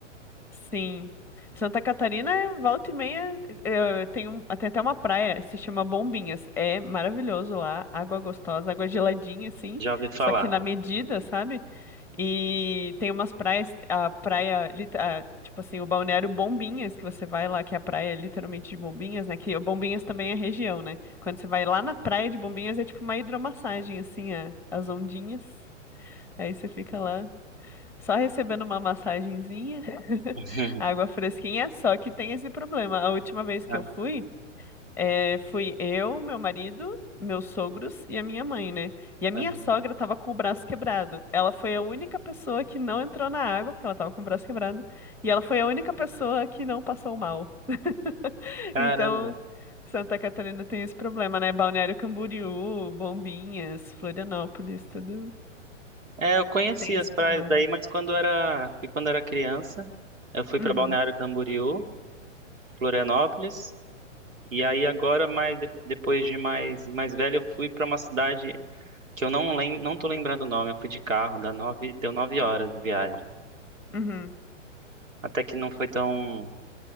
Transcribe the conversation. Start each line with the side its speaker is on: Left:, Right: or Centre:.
Centre: Sim. Santa Catarina, é volta e meia, eu tenho um, tem até uma praia, se chama Bombinhas. É maravilhoso lá, água gostosa, água geladinha, assim,
Right: Já ouvi falar.
Centre: só que na medida, sabe? E tem umas praias, a praia, lit- a, tipo assim, o balneário Bombinhas, que você vai lá, que é a praia literalmente de Bombinhas, né? Que o Bombinhas também é região, né? Quando você vai lá na praia de Bombinhas, é tipo uma hidromassagem, assim, a- as ondinhas. Aí você fica lá. Só recebendo uma massagenzinha, <laughs>
Right: <laughs>
Centre: água fresquinha, só que tem esse problema. A última vez que
Right: Ah,
Centre: eu fui, eh, fui eu, meu marido, meus sogros e a minha mãe, né? E a minha
Right: ah.
Centre: sogra tava com o braço quebrado. Ela foi a única pessoa que não entrou na água, porque ela tava com o braço quebrado, e ela foi a única pessoa que não passou mal. <laughs>
Right: Caramba.
Centre: Então, Santa Catarina tem esse problema, né? Balneário Camboriú, Bombinhas, Florianópolis, tudo
Right: É, eu conheci
Centre: tem esse
Right: as praias
Centre: problema.
Right: daí, mas quando era, foi quando era criança, eu fui para
Centre: Uhum,
Right: Balneário Camboriú, Florianópolis. E aí agora, mais de- depois de mais mais velho, eu fui para uma cidade que eu não lem, não tô lembrando o nome. Eu fui de carro, dá nove, deu nove horas de viagem.
Centre: uhum.
Right: Até que não foi tão,